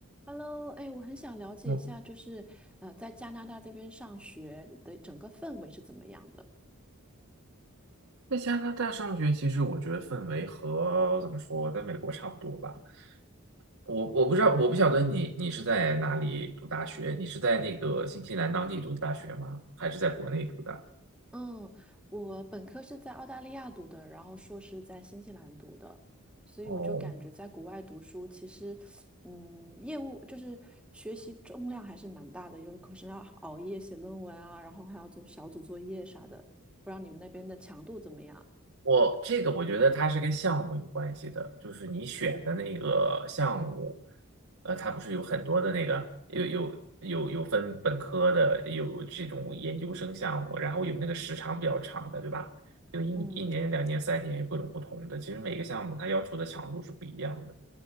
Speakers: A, in the centre; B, on the right.
A: Hello，哎，我很想了解一下，
B: 嗯，
A: 就是呃，在加拿大这边上学的整个氛围是怎么样的？
B: 在加拿大上学，其实我觉得氛围和怎么说，在美国差不多吧。我我不知道，我不晓得你你是在哪里读大学？你是在那个新西兰当地读的大学吗？还是在国内读的？
A: 嗯，我本科是在澳大利亚读的，然后硕士在新西兰读的，所以我就感觉在国外读书，
B: 哦，
A: 其实，嗯，业务就是学习重量还是蛮大的，有可是要熬夜写论文啊，然后还要做小组作业啥的，不知道你们那边的强度怎么样？
B: 我这个我觉得它是跟项目有关系的，就是你选的那个项目，呃，它不是有很多的那个有有有有分本科的，有这种研究生项目，然后有那个时长比较长的，对吧？有一一年、
A: 嗯
B: 两年、三年，有各种不同的。其实每个项目它要求的强度是不一样的。